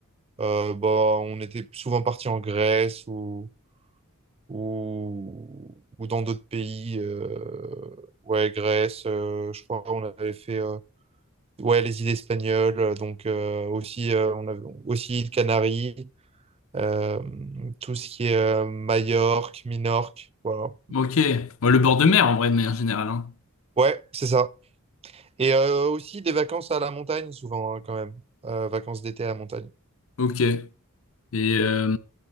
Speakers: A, on the right; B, on the left.
A: euh, bah, on était souvent partis en Grèce ou, ou, ou dans d'autres pays. euh, ouais, Grèce, euh, je crois on avait fait euh, ouais, les îles espagnoles. euh, Donc euh, aussi, euh, on avait aussi îles Canaries, euh, tout ce qui est euh, Majorque, Minorque. Voilà.
B: Ok. Bon, le bord de mer, en vrai, de manière générale. hein.
A: Ouais, c'est ça. Et euh, aussi des vacances à la montagne souvent hein, quand même. Euh, vacances d'été à la montagne.
B: Ok. Et euh,